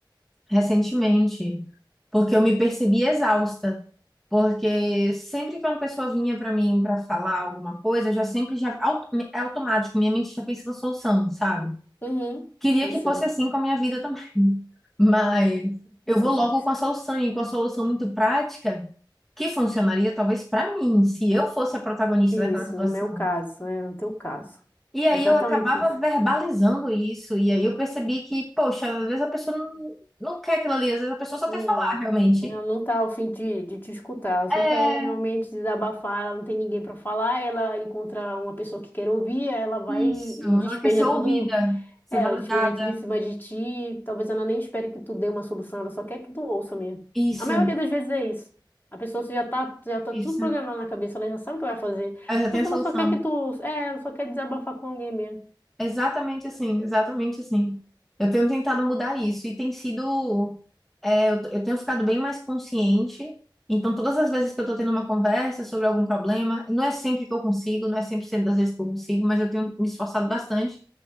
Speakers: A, in the centre; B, on the left (about 25°).
A: recentemente, porque eu me percebi exausta. Porque sempre que uma pessoa vinha para mim para falar alguma coisa, eu já sempre já auto- é automático, minha mente já pensa na solução, sabe?
B: Uhum,
A: Queria
B: eu
A: que
B: sei.
A: fosse assim com a minha vida também, <laughs> mas eu
B: É
A: vou
B: é sempre.
A: logo
B: assim.
A: com a solução e com a solução muito prática que funcionaria talvez para mim, se eu fosse a protagonista
B: Isso,
A: daquela situação.
B: no meu caso, né? No teu caso.
A: E aí
B: Exatamente
A: eu acabava
B: isso.
A: verbalizando isso e aí eu percebi que, poxa, às vezes a pessoa não, não quer aquilo ali, às vezes a pessoa só
B: Hum,
A: quer falar realmente.
B: ela não tá ao fim de, de te escutar, ela só
A: É
B: quer realmente desabafar, ela não tem ninguém para falar, ela encontra uma pessoa que quer ouvir, ela vai
A: isso,
B: e,
A: ela
B: e despeja
A: quer ser ouvida,
B: tudo,
A: ser
B: é,
A: validada.
B: ela despeja tudo em cima de ti, talvez ela nem espere que tu dê uma solução, ela só quer que tu ouça mesmo.
A: Isso,
B: A maioria das vezes é isso. A pessoa já tá, já tá
A: isso.
B: tudo programado na cabeça, ela já sabe o que vai fazer,
A: Eu já
B: só
A: tenho
B: que
A: a solução.
B: ela só quer que tu, é, ela só quer desabafar com alguém mesmo.
A: Exatamente assim, exatamente assim. Eu tenho tentado mudar isso e tem sido. é, eu, t- eu tenho ficado bem mais consciente. Então, todas as vezes que eu tô tendo uma conversa sobre algum problema, não é sempre que eu consigo, não é 100% das vezes que eu consigo, mas eu tenho me esforçado bastante